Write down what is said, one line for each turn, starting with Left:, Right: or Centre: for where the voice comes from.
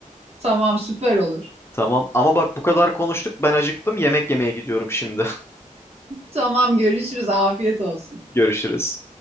Right: Tamam süper olur.
Left: Tamam ama bak bu kadar konuştuk ben acıktım yemek yemeye gidiyorum şimdi.
Right: Tamam görüşürüz. Afiyet olsun.
Left: <laughs> Görüşürüz.